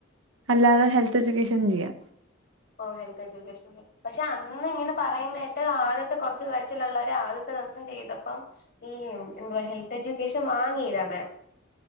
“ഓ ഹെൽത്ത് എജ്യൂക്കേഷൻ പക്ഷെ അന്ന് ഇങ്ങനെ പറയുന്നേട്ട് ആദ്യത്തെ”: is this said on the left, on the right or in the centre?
Left